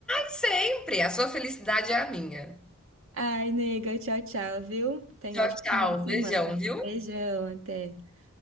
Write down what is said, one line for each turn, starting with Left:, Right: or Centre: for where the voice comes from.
Centre: Sempre! A sua felicidade é a minha.
Right: Ai, nega, tchau, tchau, viu? Tenha
Centre: Tchau,
Right: um ótimo
Centre: tchau.
Right: final de semana.
Centre: Beijão, viu?
Right: Beijão, até.